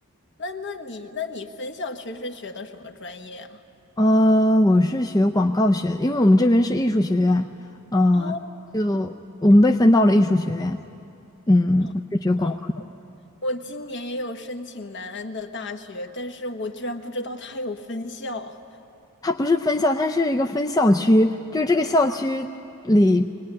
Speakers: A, on the left (about 55°); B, on the left (about 15°).
A: 那那你那你分校区是学的什么专业啊？
B: 呃，我是学广告学的，因为我们这边是艺术学院，呃，
A: 哦
B: 就我们被分到了艺术学院。嗯，
A: 哦哦，
B: 我是学广告，
A: 我今年也有申请南安的大学，但是我居然不知道它有分校。
B: 它不是分校，它是一个分校区，就这个校区里